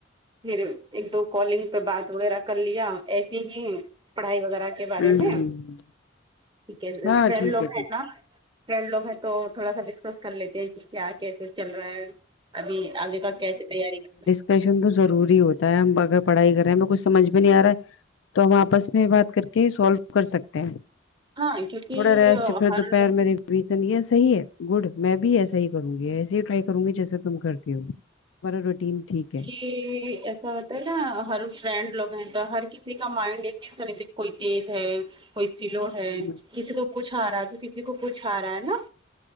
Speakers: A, on the right (about 25°); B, on the left (about 80°).
A: پھر ایک دو کالنگ پہ بات وغیرہ کر لیا ایسی ہی پڑھائی وغیرہ کے بارے
B: ہوں ہوں
A: میں ٹھیک ہے
B: ہاں
A: فریڈ
B: ٹھیک
A: لوگ
B: ہے ٹھیک
A: ہیں کا فرینڈ لوگ ہیں تو تھوڑا سا ڈسکس کر لیتے ہیں کہ کیا کیسے چل رہا ہے ابھی آگے کا کیسے تیاری کرنا
B: فیشن تو ضروری ہوتا ہے ہم اگر پڑھائی کر رہے ہیں ہمیں کچھ سمج بھی نہیں آ رہا ہے تو ہم آپس میں بات کر کے سولو کر سکتے ہیں
A: ہاں کیونکہ
B: تھوڑا ریسٹ پھر
A: ہر
B: دوپہر میری ریثوں یھی ساہی ہے گود میے بھی ایسا ہی کرونگی اسے ہی ٹرے کرونگی جیسے تم کرتی ہو تمہارا روٹین ٹھیک ہے
A: پھر ایسا ہوتا ہے نہ ہر فرینڈ لوگ ہے تو ہر کسی کا مینڈ ایک جیسا نہیں دیکھتا کوئی تیز ہے کوئی سلو ہے
B: ہوں
A: کسی کو کچھ آ رہا ہے جو کسی کو کچھ آ رہا ہے نا